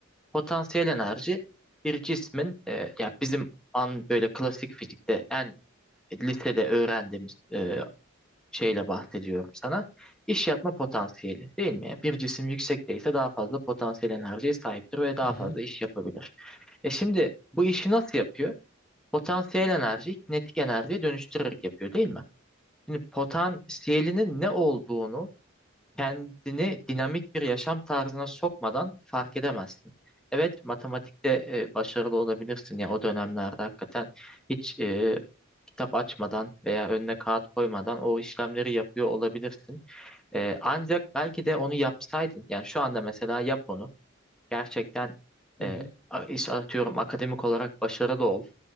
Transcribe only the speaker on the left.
Hı hı,
hı
hı,